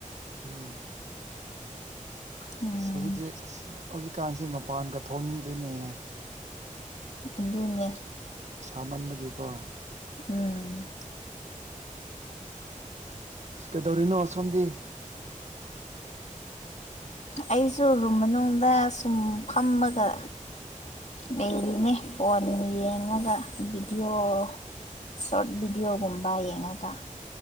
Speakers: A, on the right; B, on the left.
A: ꯎꯝ
B: ꯎꯝ
A: ꯍꯧꯖꯤꯛꯁꯦ ꯑꯁ ꯍꯧꯖꯤꯛꯀꯥꯟꯁꯦ ꯃꯄꯥꯟꯒ ꯊꯣꯛꯅꯤꯡꯗ꯭ꯔꯦꯅꯦ
B: ꯑꯗꯨꯅꯦ
A: ꯁꯥꯃꯟꯕꯒꯤꯀꯣ
B: ꯎꯝ
A: ꯑꯁ ꯀꯩꯗꯧꯔꯤꯅꯣ ꯑꯁꯣꯝꯗꯤ
B: ꯑꯩꯁꯨ ꯔꯨꯝ ꯃꯅꯨꯡꯗ ꯁꯨꯝ ꯐꯝꯃꯒ ꯂꯩꯔꯤꯅꯦ ꯐꯣꯟ ꯌꯦꯡꯉꯒ ꯚꯤꯗꯤꯑꯣ ꯁꯣꯔꯠ ꯚꯤꯗꯤꯑꯣꯒꯨꯝꯕ ꯌꯦꯡꯉꯒ